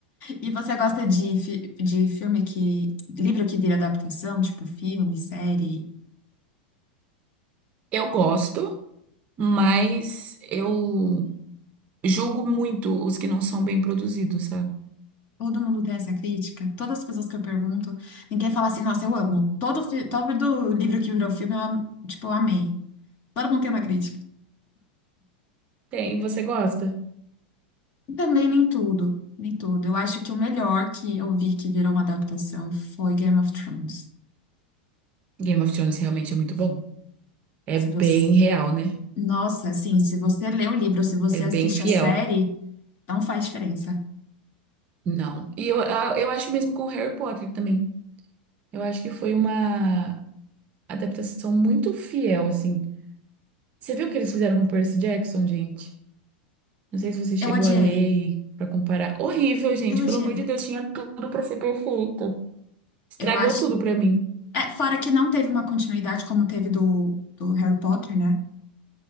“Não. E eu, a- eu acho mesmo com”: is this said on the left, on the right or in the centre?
Right